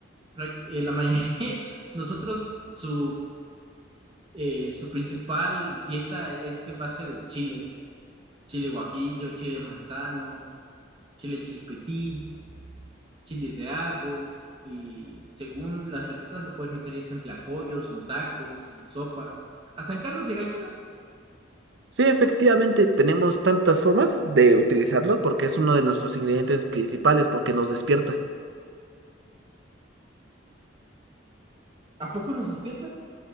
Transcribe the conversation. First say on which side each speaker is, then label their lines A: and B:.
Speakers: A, on the right (about 30°); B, on the right (about 70°).
A: prac- eh, la mayoría, <laughs> nosotros su, eh, su principal dieta es en base de chiles, chile guajillo, chile manzano, chile chilpetín. chiles de árbol y según las recetas lo puedes meter ya sea en tlacoyos, en tacos, en sopas, hasta en caldos de gallina.
B: Sí, efectivamente, tenemos tantas formas de utilizarlo porque es uno de nuestros ingredientes principales, porque nos despierta.
A: ¿A poco nos despierta?